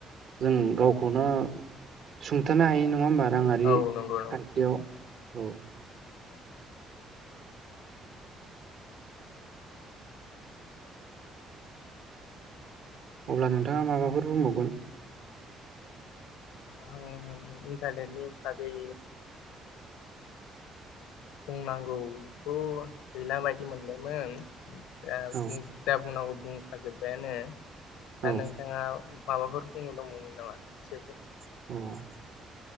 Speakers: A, on the right; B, on the left.
A: जों गावखौनो सुंथानो हायो नङा होमबा राङारि
B: औ नंगौ
A: खान्थियाव, औ
B: औ
A: अब्ला नोंथाङा माबाफोर बुंबावगोन?
B: आं ओइ राजेननि बागै, बुंनांगौथ' गैला बायदि मोनबायमोन दा
A: औ
B: जा बुंनांगौ बुंखाजोब्बायानो दा
A: औ
B: नोंथाङा, माबाफोर बुंनो दंमोन नामा एसेफोर?
A: <unintelligible>